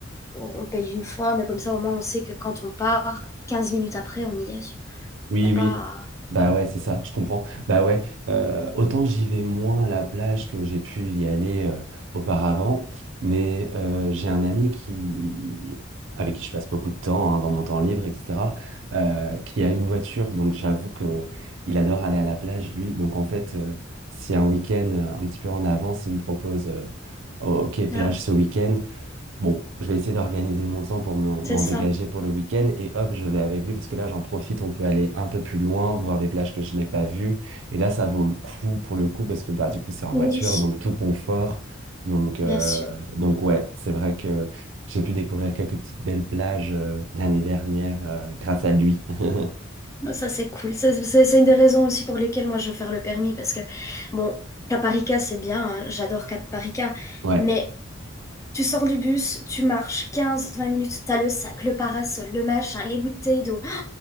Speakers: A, on the left (about 15°); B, on the right (about 70°).
A: On paye une fois, mais comme ça, au moins, on sait que quand on part, 15 minutes après, on y est.
B: Oui,
A: Il n'y a pas...
B: oui. Bah ouais, c'est ça, je comprends. Bah ouais, euh, autant j'y vais moins à la plage que j'ai pu y aller euh, auparavant, mais euh, j'ai un ami qui, avec qui je passe beaucoup de temps hein, dans mon temps libre, etc., euh, qui a une voiture, donc j'avoue que il adore aller à la plage, lui. Donc en fait, euh, si un week-end euh, un petit peu en avance, il me propose, euh, Oh, ok, plage
A: Ah oui,
B: ce week-end, Bon, je vais essayer d'organiser mon temps pour m'en m'en
A: c'est ça.
B: dégager pour le week-end et hop, je vais avec lui parce que là, j'en profite, on peut aller un peu plus loin, voir des plages que je n'ai pas vues. Et là, ça vaut le coup pour le coup parce que bah, du coup, c'est en
A: Oui,
B: voiture, donc tout confort. Donc, euh,
A: bien sûr.
B: donc ouais, c'est vrai que j'ai pu découvrir quelques petites belles plages euh, l'année dernière euh, grâce à lui. <laughs>
A: Non, Ça, c'est cool. Ça, C'est c'est une des raisons aussi pour lesquelles moi je veux faire le permis parce que, bon, Caparica, c'est bien, hein, j'adore Caparica,
B: Ouais,
A: mais tu sors du bus, tu marches quinze vingt minutes, t'as le sac, le parasol, le machin, les bouteilles d'eau,